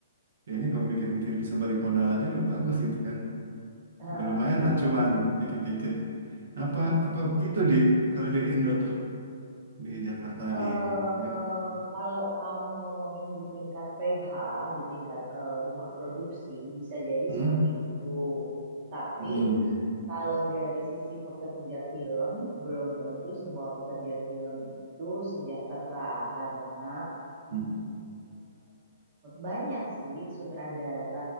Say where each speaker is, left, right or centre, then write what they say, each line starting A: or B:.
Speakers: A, on the right (about 65°); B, on the right (about 35°).
A: ya ini kalau mikir-mikir bisa balik modal aja udah bagus gitu kan
B: heeh.
A: udah lumayan lah cuan dikit-dikit apa apa begitu di kalau di Indo tuh, di Jakarta
B: Eh,
A: di ya
B: kalau kamu ngomongin di tingkat pH, di tingkat eh, rumah produksi, bisa jadi
A: hmm?
B: seperti itu. Tapi
A: Hmm,
B: kalau dari sisi pekerja film, belum tentu semua pekerja film itu sejahtera karena
A: hmm.
B: banyak sih sutradara